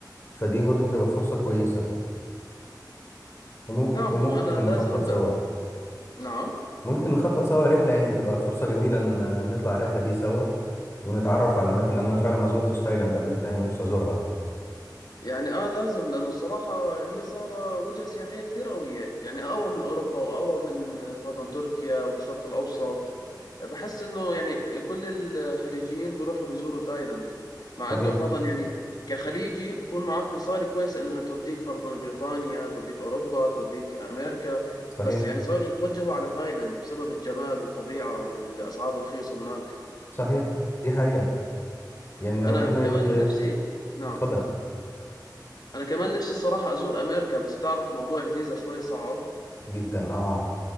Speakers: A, on the left; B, on the left.
A: فدي برضو تبقى فرصه كويسه ومم-
B: نعم
A: وممكن
B: هو أنا لازم
A: نخطط سوا
B: نعم
A: ممكن نخطط سوا رحلة يعني تبقى فرصة جميلة إن نطلع الرحلة دي سوا ونتعرف على الأماكن لأن أنا فعلا ما زرتش تايلاند قبل كده يعني نفسي أزورها
B: يعني اه لازم لانه الصراحه هي صار وجهه سياحيه كثير قويه يعني اقوى من اوروبا واقوى من فرضا تركيا والشرق الاوسط بحس انه يعني كل الخليجيين بيروحوا بيزوروا تايلاند مع
A: صحيح
B: انه فرضا يعني كخليجي بكون معك مصاري كويسه انها توديك فرضا بريطانيا توديك اوروبا توديك امريكا
A: صحيح
B: بس يعني صاروا يتوجهوا على تايلاند بسبب الجمال والطبيعه والاسعار الرخيصه هناك
A: صحيح دي حقيقة يعني
B: انا
A: ربنا ي...
B: كمان نفسي نعم
A: اتفضل
B: انا كمان نفسي الصراحه ازور امريكا بس تعرف موضوع الفيزا شويه صعب
A: جدا اه